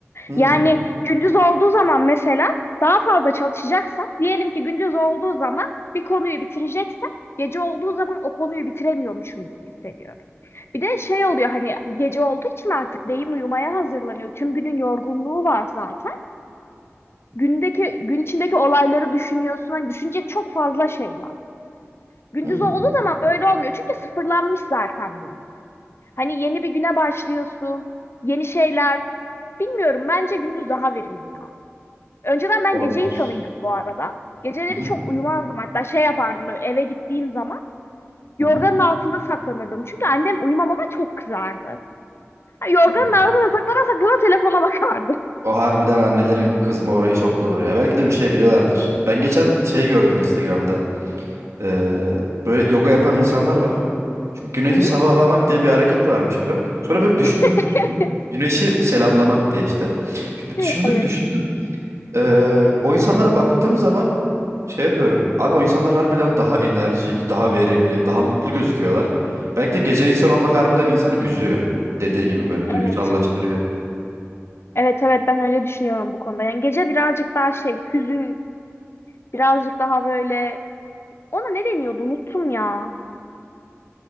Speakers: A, on the right; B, on the left.
A: Hmm,
B: Yani gündüz olduğu zaman mesela daha fazla çalışacaksam, diyelim ki gündüz olduğu zaman bir konuyu bitireceksem, gece olduğu zaman o konuyu bitiremiyormuşum gibi hissediyorum. Bir de şey oluyor hani gece olduğu için artık beyin uyumaya hazırlanıyor. Tüm günün yorgunluğu var zaten. Gündeki gün içindeki olayları düşünüyorsun. Hani düşünecek çok fazla şey var. Gündüz
A: hmm.
B: olduğu zaman böyle olmuyor. Çünkü sıfırlanmış zaten beyin. Hani yeni bir güne başlıyorsun. Yeni şeyler. Bilmiyorum bence gündüz daha verimli ya. Önceden ben
A: Olabilir.
B: gece insanıydım bu arada. Geceleri
A: Hı hı.
B: çok uyumazdım. Hatta şey yapardım böyle eve gittiğim zaman yorganın
A: Hı hı.
B: altında saklanırdım. Çünkü annem uyumamama çok kızardı. Ha, Yorganın
A: Hadi ya.
B: altında saklana saklana telefona bakardı.
A: O harbiden annelerin kızma orayı çok doğru ya. Belki de bir şey biliyorlardır. Ben geçen şey gördüm Instagram'da. Eee, böyle yoga yapan insanlar var. Çünkü güneşi
B: Hı hı.
A: sabahlamak diye bir hareket varmış falan. Sonra böyle düşündüm,
B: <laughs>
A: düşün- güneşi selamlamak diye işte. Şimdi
B: Evet,
A: düşündüm,
B: evet,
A: düşündüm. Ee, o insanlara baktığım zaman şey yapıyorum. Abi o insanlar harbiden daha enerjik, daha verimli, daha mutlu gözüküyorlar. Belki de gece insan olmak harbiden insanı üzüyor. Dediğin gibi böyle duygusallaştırıyor.
B: evet. Evet, evet ben öyle düşünüyorum bu konuda. Yani gece birazcık daha şey, hüzün birazcık daha böyle Ona ne deniyordu? Unuttum ya.